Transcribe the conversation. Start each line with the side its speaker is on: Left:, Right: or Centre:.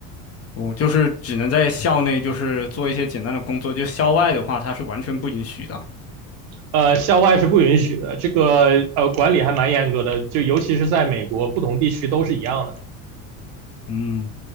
Left: 我就是只能在校内，就是做一些简单的工作，就校外的话，它是完全不允许的。
Right: 呃，校外是不允许的，这个呃管理还蛮严格的，就尤其是在美国，不同地区都是一样的。
Left: 嗯，